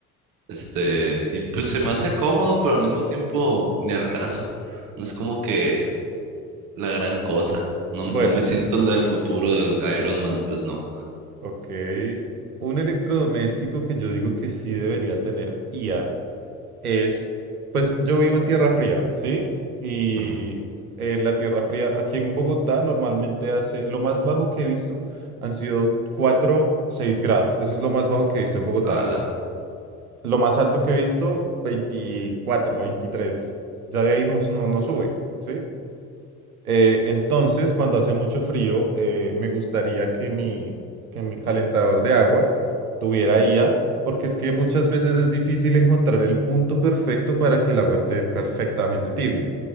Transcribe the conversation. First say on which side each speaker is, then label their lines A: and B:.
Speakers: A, on the right; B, on the right.
A: Este, y pues se me hace cómodo, pero al mismo tiempo ni al caso. No es como que la gran cosa. No,
B: bueno,
A: no me siento en el futuro de Iron Man, pues no.
B: ok. Un electrodoméstico que yo digo que sí debería tener IA es, pues yo vivo en Tierra Fría, ¿sí? Y
A: Ujú.
B: en la Tierra Fría, aquí en Bogotá, normalmente hace, lo más bajo que he visto han sido 4 6 grados. Eso es lo más bajo que he visto en Bogotá.
A: Ala,
B: Lo más alto que he visto, 24, veintitrés Ya de ahí no, no, no sube, ¿sí? Eh, entonces, cuando hace mucho frío, eh, me gustaría que mi, que mi calentador de agua tuviera IA, porque es que muchas veces es difícil encontrar el punto perfecto para que el agua esté perfectamente tibia.